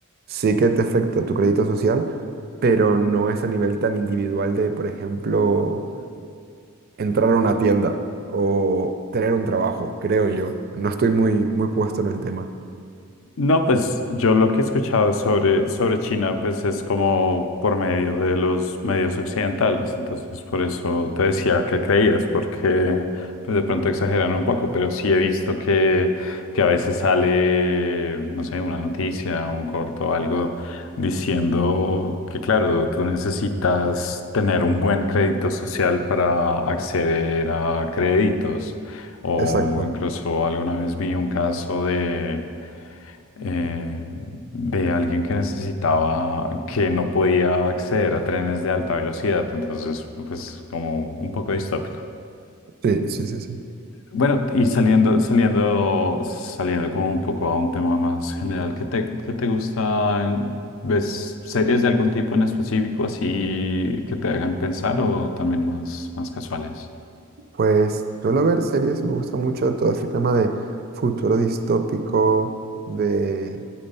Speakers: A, on the right (about 45°); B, on the left (about 65°).
A: sí que te afecta tu crédito social, pero no es a nivel tan individual de, por ejemplo, entrar a una tienda o tener un trabajo, creo yo. No estoy muy, muy puesto en el tema.
B: No, pues yo lo que he escuchado sobre, sobre China, pues es como por medio de los medios occidentales, entonces por eso te decía que creías, porque pues de pronto exageran un poco, pero sí he visto que, que a veces sale, no sé, una noticia, un corto, algo diciendo que claro, tú necesitas tener un buen crédito social para acceder a créditos, o
A: Exacto.
B: incluso alguna vez vi un caso de eh, de alguien que necesitaba, que no podía acceder a trenes de alta velocidad, entonces pues como un poco distópico.
A: Sí, sí, sí, sí.
B: Bueno, y saliendo, saliendo, saliendo como un poco a un tema más general, ¿qué te, qué te gustan? ¿Ves series de algún tipo en específico así que te hagan pensar o también más, más casuales?
A: Pues suelo ver series, me gusta mucho todo este tema de futuro distópico, de,